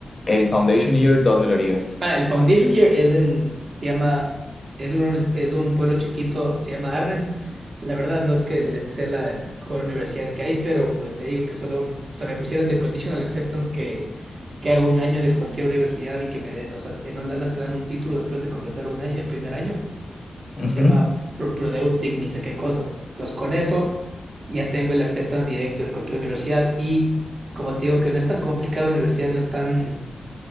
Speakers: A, on the left; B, on the right.
A: el Foundation Year, ¿dónde lo harías?
B: Ah, el Foundation Year es en, se llama, es un, es un pueblo chiquito, se llama Arnhem. La verdad no es que les sea la mejor universidad que hay, pero pues te digo que solo, o sea, me pusieron de conditional acceptance que, que haga un año de cualquier universidad y que me den, o sea, en Holanda te dan un título después de completar un año, el primer año.
A: Ujú.
B: Se llama pro- Prodeutic, ni sé qué cosa. Entonces con eso ya tengo el acceptance directo en cualquier universidad y como te digo que no es tan complicado, la universidad no es tan